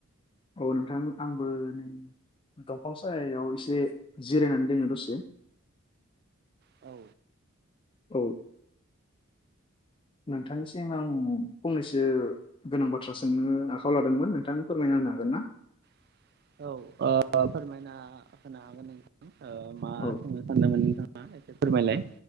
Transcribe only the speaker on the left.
औ नोंथां आंबो नै दंफां सायाव एसे जिरायनानै दोङो दसे।
औ। नोंथांनिसिम आं फंनैसो गोनां बाथ्रा सोंनो आखायाव लादोंमोन नोंथां फोरमायनो हागोन ना?
औ